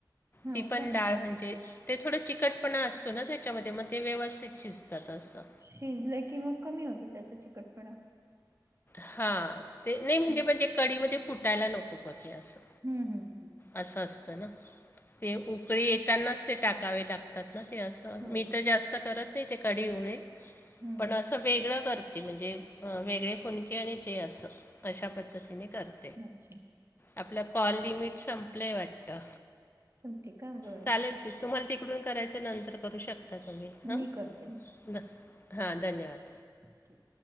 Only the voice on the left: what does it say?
ति
पन
डाळ
म्हणजे, ते थोडं चिकटपणा असतो ना, तेच्यामध्ये मग ते व्यवस्थित शिजतात असं.
हा ते नाही म्हणजे
म्हणजे कडीमध्ये फुटायला नको फकी असं
असं असतं ना ते उकळी येतानाच ते टाकावे लागतात ना ते अस
मी तर जास्त करत नाही ते कढी गोळे
पण असं. वेगळं करते म्हणजे वेगळे फोनके आणि ते असं अशा पद्धतीने करते
आपल्या कॉल लिमिट संपलंय वाटतं
चालेल ते तुम्हाला तिकडून करायचं नंतर करू शकता तुम्ही हां
द हां धन्यवाद